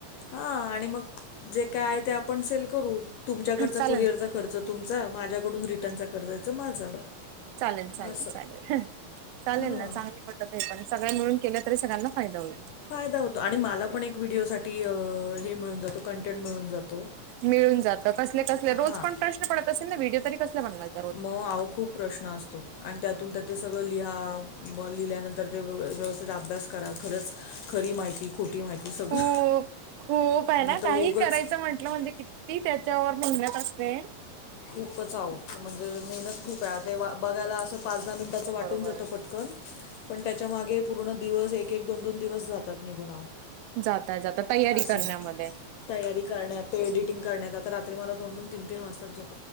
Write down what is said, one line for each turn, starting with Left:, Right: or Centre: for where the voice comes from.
Left: हा आणि मग जे काय आहे ते आपण सेल करू तुमच्याकडच
Right: चालेल
Left: कुरिअरचा खर्च तुमचा माझ्याकडून रिटर्नचा खर्च आहे माझा.
Right: चालेल चालेल
Left: असं.
Right: चालेल चालेल
Left: हां.
Right: ना चांगली ती पण सगळ्या मिळून केलं तर सगळ्यांना फायदा होईल.
Left: फायदा होतो आणि मला पण एक व्हिडिओ साठी हे मिळून जातो कंटेंट मिळून जातो.
Right: मिळून जातं कसले कसले रोज
Left: हां.
Right: पण प्रश्न पडत असेल ना व्हिडिओ तरी कसले बनवायचे.
Left: म आव खूप प्रश्न असतो आणि त्यातून त्या ते सगळं लिहा ब लिहिल्यानंतर ते व व्यवस्थित अभ्यास करा खरच खरी माहिती खोटी माहिती सगळं
Right: खूप खूप आहे ना
Left: हे तर
Right: काही
Left: उगच
Right: करायचं म्हटलं म्हणजे त्याच्यावर किती मेहनत असते ना.
Left: खूपच आह म्हणजे मेहनत खूप आहे ते बघायला असं पाच दहा मिनिटाचं वाटून
Right: बरोबर
Left: जातं पण कन पण त्याच्या मागे पूर्ण दिवस एक एक एक दोन दोन दिवस जातात निघून आव
Right: जाता जाता तयारी
Left: असं
Right: करण्यामध्ये
Left: हाय. तयारी करण्यात ते एडिटिंग करण्यात आता रात्री मला दोन दोन तीन तीन वाजतात झोपा